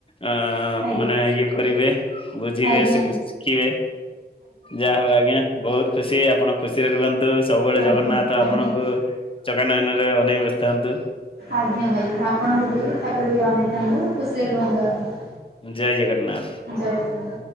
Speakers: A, on the left; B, on the right.
A: ହ
B: ଆଜ୍ଞା
A: ମାନେ ଇଏ କରିବେ ବୁଝିବେ
B: ଆଜ୍ଞା
A: ଶିଖିବେ ଯାହା ହଉ ଆଜ୍ଞା। ବହୁତ ଖୁସି ଆପଣ ଖୁସିରେ ରୁହନ୍ତୁ ସବୁବେଳେ
B: ଆଜ୍ଞା ଆଜ୍ଞା
A: ଜଗନ୍ନାଥ
B: ଆଜ୍ଞା
A: ଆପଣଙ୍କୁ ଚକା ନୟନରେ ଅନେଇ ବସିଥାନ୍ତୁ।
B: ଆଜ୍ଞା ଭାଇ ଆପଣଙ୍କୁବି ତାପରେବି ଅନେଇଥାନ୍ତୁ ଖୁସିରେ ରୁହନ୍ତୁ ଆଜ୍ଞା।
A: ଜୟ ଜଗନ୍ନାଥ।
B: ଜୟ ଜଗନ୍ନାଥ।